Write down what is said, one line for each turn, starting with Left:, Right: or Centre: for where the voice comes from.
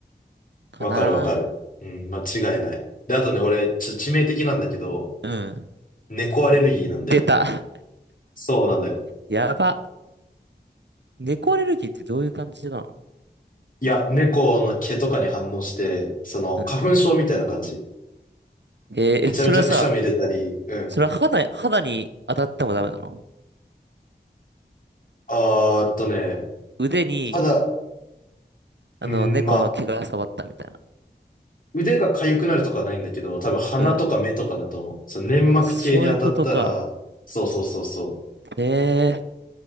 Right: かな。
Left: わかるわかる。うん、間違いない。で、あとね、俺、ちょ、致命的なんだけど、
Right: うん。
Left: 猫アレルギーなんだよね。
Right: 出た。
Left: そうなのよ。
Right: やば。猫アレルギーってどういう感じなの
Left: いや、猫の毛とかに反応して、その、
Right: うん。
Left: 花粉症みたいな感じ。
Right: えーえそれはさ、
Left: めちゃめちゃくしゃみ出たり、うん。
Right: それは肌、肌に当たってもダメなの
Left: あーっとね、
Right: 腕に
Left: ただ、
Right: あの、
Left: うん、
Right: 猫の毛が触ったみたいな。
Left: まあ、腕が痒くなるとかはないんだけど、多分鼻とか目とかだと思う。
Right: うん。
Left: そう、粘膜系に当たったら、
Right: あ、そういうことか。
Left: そうそうそうそう、っ
Right: へえ。